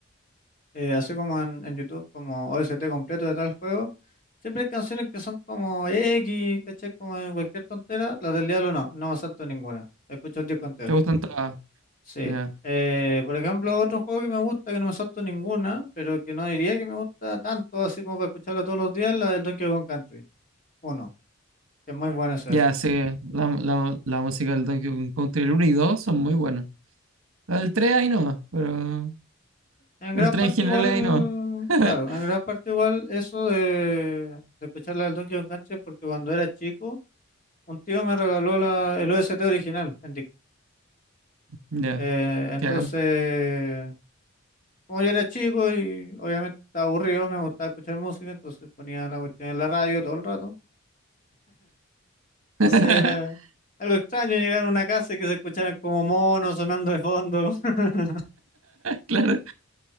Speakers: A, on the left (about 40°); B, on the right (about 75°).
A: eh, así como en, en YouTube, como OST completo de tal juego. Siempre hay canciones que son como X, ¿cachai? Como de cualquier tontera. Las del Diablo no, no me salto ninguna. Escucho el disco entero.
B: ¿Te gustan todas?
A: Sí.
B: Ya,
A: Eh, por ejemplo, otro juego que me gusta, que no me salto ninguna, pero que no diría que me gusta tanto, así como para escucharlo todos los días, la del Donkey Kong Country. Uno, que es muy bueno ese
B: Ya,
A: OST.
B: sí, la, la, la música del Donkey Kong Country, el 1 y 2 son muy buenas. El 3 ahí no, pero
A: En
B: El
A: gran
B: tren
A: parte
B: general
A: igual,
B: ahí no. <laughs>
A: claro, en gran parte igual eso de, de escuchar la del Donkey Kong Country, porque cuando era chico Un tío me regaló la, el OST original en disco.
B: Ya,
A: Eh, entonces,
B: que hagan.
A: como yo era chico y obviamente estaba aburrido, me gustaba escuchar música, entonces ponía la cuestión en la radio todo el rato. Entonces
B: <laughs>
A: era algo extraño llegar a una casa y que se escucharan como monos sonando de fondo. <laughs>
B: Claro,